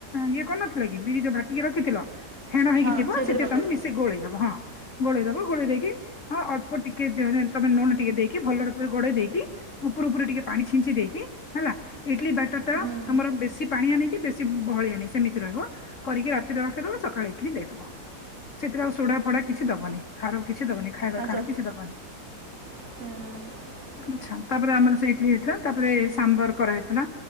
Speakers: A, on the left; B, on the right.
A: ଇଏ କରିନଥିଲା କି ବିରିଜ ବାଟିକି ରଖିଥିଲ। ଫେଣ ହେଇକି
B: ହଁ
A: ଥିବ ସେଥିରେ
B: ପକାଇଦେବ
A: ତମେ ମିଶି ଗୋଳେଇଦବ ହଁ। ଗୋଳେଇ ଦବ ଗୋଳେଇ ଦେଇକି ହଁ ଅଳ୍ପ ଟିକେ ତମେ ଲୁଣ ଟିକେ ଦେଇକି ଭଲରେ ଗୋଳେଇ ଦେଇକି ଉପରୁ ଉପରୁ ଟିକେ ପାଣି ଛିଞ୍ଚି ଦେଇକି ହେଲା ଇଡଲି ବାଟର ଟା
B: ହୁଁ
A: ତମର ବେଶୀ। କି ପାଣି ଆଣି କି ବେଶୀ ବହଳି ଆନି ସେମିତି ରହିବ କରିକି ରାତିରେ ରଖିଦବ ସକାଳେ ଇଟଲିି ଦେଇଦବ ସେଥିରେ ଆଉ ସୋଡା ଫଡା କିଛି ଦବନି ଖାର କି। କିଛି ଦବନି ଖାଇବା
B: ଆଚ୍ଛା
A: ଖାର କିଛି ଦବନି।
B: ହୁଁ
A: ଆଚ୍ଛା ତାପରେ ଆମର ସେ ଇଟଲିି ହେଇଥିଲା ତାପରେ ସାମ୍ବର କରାହଇଥିଲା।